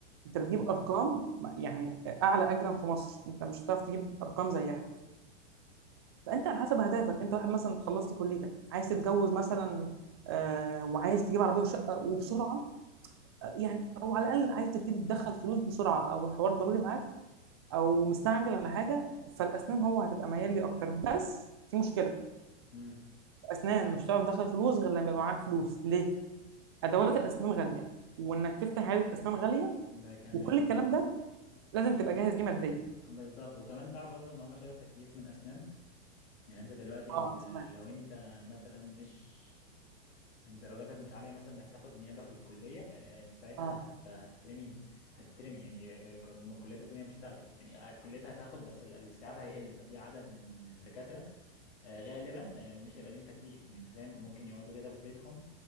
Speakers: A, on the right; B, on the left.
A: انت بتجيب ارقام يعني اعلى اجرا في مصر انت مش هتعرف تجيب ارقام زيها فانت على حسب اهدافك انت واحد مثلا خلصت كليتك عايز تتجوز مثلا آه وعايز تجيب عربيه وشقه وبسرعه آه، يعني او على الاقل عايز تبتدي تدخل فلوس بسرعه او الحوار ضروري معاك او مستعجل على حاجه فالاسنان هو هتبقى ميال لي اكتر بس في مشكله
B: امم
A: اسنان مش هتعرف تدخل فلوس غير لما يبقى معاك فلوس ليه ادوات الاسنان غاليه وانك تفتح عياده اسنان غاليه
B: ده كمان
A: وكل الكلام
B: اه
A: ده لازم تبقى جاهز ليه ماديا
B: بالظبط وكمان تعرف اصلا ان هم شالوا التكليف من اسنان يعني انت دلوقتي
A: اه
B: ال-
A: أنا سمعت
B: لو انت مثلا مش درجاتك مش عالية مثلا انك تاخد نيابة في الكلية آه، انت ساعتها
A: اه
B: هت... هتترمي هتترمي يعني ك- ك- الكليات التانية مش هتاخدك يعني آه، الكليات هتاخد بس ال- الاستيعاب هيقل ففي عدد من الدكاترة آه، غالبا آه، مش هيبقى ليهم تكليف يعني انت فاهم ممكن يقعدوا كده في بيتهم